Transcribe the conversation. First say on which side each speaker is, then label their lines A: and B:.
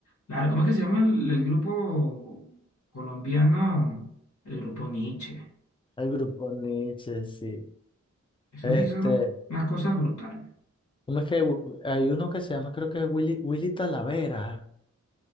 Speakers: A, on the left (about 75°); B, on the left (about 15°).
A: Claro, ¿cómo es que se llama el, el grupo colombiano? El grupo Nietzsche.
B: el grupo Nietzsche, sí.
A: Eso
B: Este,
A: sí son unas cosas brutales.
B: ¿cómo es que hay uno que se llama, creo que Willy, Willy Talavera?